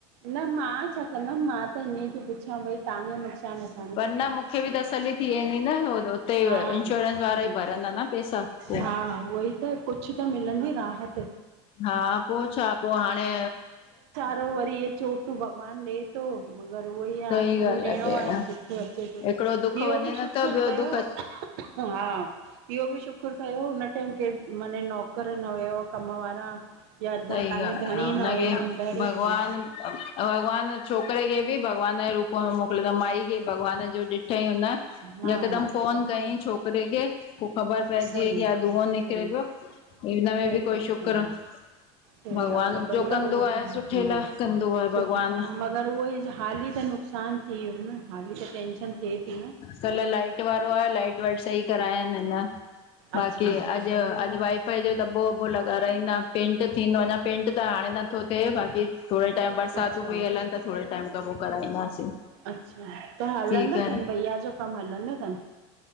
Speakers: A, on the right; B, on the left.
A: न मांण छा कंदमि मां त ईअं पई पुछां भई तहांॼो नुक़सानु न थे
B: पर न मूंखे ॿि तसल्ली थी वेंदी न हो हुते
A: हा
B: इंश्योरेंस वारा
A: हा
B: ई भरंदा न पैसा पोइ
A: हा उहो ई त, कुछु त मिलंदी राहत
B: हा पो छा पो हाणे
A: त वरी इहे चोटूं भॻवान ॾे तो मगरि उहोई आ
B: सही
A: हांणें मुंह
B: ॻाल्हि
A: ॾियणो
B: भेण
A: आहे दुखु अचे तो
B: हिकिड़ो
A: त,
B: दुख
A: इहो
B: वञे
A: ॿि
B: न
A: शुखुरु
B: त ॿियो
A: कयो
B: दुख हा
A: हा इहो बि शुकर कयो हुन टाइम केर माने नौकर न हुयव कम वारा या तव्हांजो
B: सई गाल्ह,
A: धणी न
B: उनखे
A: हुयो अंदरि
B: भगवान
A: हा
B: भॻवान छोकिरे खे बि भॻवान जे रूप में मोकलयाईं माई खे भॻवान जो ॾिठईं हुन
A: हा
B: यकदम फोन
A: सही
B: कयईं छोकिरे खे, पो ख़बर पइजी
A: सही
B: वई की हा धुओं निकरे
A: सही आहे
B: पयो हिन में
A: सही
B: बि कोई
A: आ
B: शुक्र
A: हा सही
B: भॻवान
A: ॻाल्हि आ भईया
B: जो कंदो
A: उहो
B: आहे
A: त
B: सुठे लाइ कंदो आहे
A: सुठे
B: भॻवान
A: अगर उहोई हाली त नुक़सान थी वयो न हाली त टेंशन थिए थी न
B: कल लाइट वारो आयो लाइट वाइट सही करायन हिनन बाकी
A: अच्छा
B: अॼु वाई फाई जो दॿो वबो लॻाराईंदा पेंंट थींदो अञा पेंंट त हाणे नथो थे बाकी थोरे टाइम बरसातूं
A: अच्छा
B: पयूं हलनि त थोरे टाइम खां पो कराईंदासीं
A: अच्छा हलंदो
B: थी करे
A: तन, भईया जो कमु हलंदो तन?